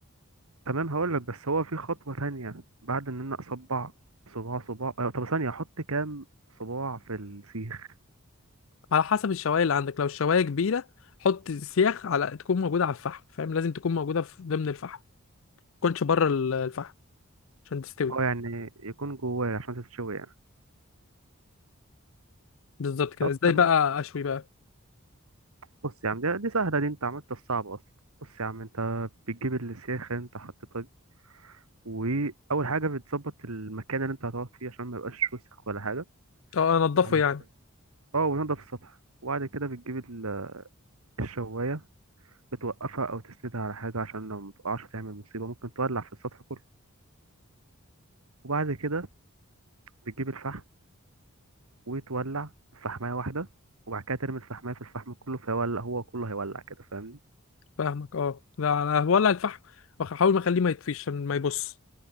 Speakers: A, on the right; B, on the left.
A: تمام هقول لك بس هو في خطوه تانية بعد ان انا اصبع صباع صباع أه طب ثانيه احط كام صباع في السيخ
B: على حسب الشوايه اللي عندك لو الشوايه كبيره حط سياخ على تكون موجوده على الفحم فاهم لازم تكون موجوده في ضمن الفحم ما تكونش بره ال- الفحم عشان تستوي
A: اه يعني يكون جواه عشان تتشوي يعني
B: بالظبط كده
A: طب
B: ازاي
A: تمام
B: بقى اشوي بقى
A: بص يا عم دي, دي سهله دي انت عملت الصعب اصلا بص يا عم انت بتجيب السيخ انت حطيتها واول حاجه بتظبط المكان اللي انت هتقعد فيه عشان ما يبقاش وسخ ولا حاجه
B: اه انضفه
A: وبعد
B: يعني
A: كده اه ونضف السطح وبعد كده بتجيب ال- الشوايه بتوقفها او تسندها على حاجه عشان لو متقعش تعمل مصيبه ممكن تولع في السطح كله وبعد كده بتجيب الفحم وتولع فحمايه واحده وبعد كده ترمي الفحمايه في الفحم كله فيولع هو كله هيولع كده فاهمني
B: فاهمك اه لا انا ولا الفحم وأخ- احاول ما اخليه ما يطفيش عشان ما يبص